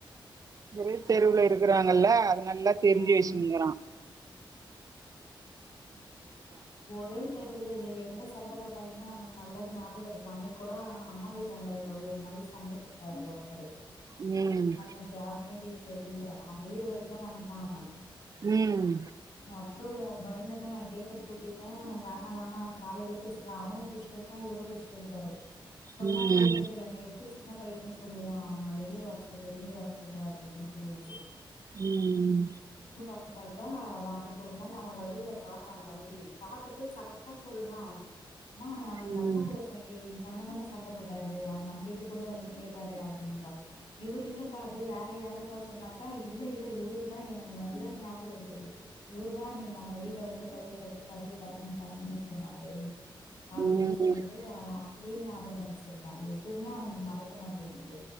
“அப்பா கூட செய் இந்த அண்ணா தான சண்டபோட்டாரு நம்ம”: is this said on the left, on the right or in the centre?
Left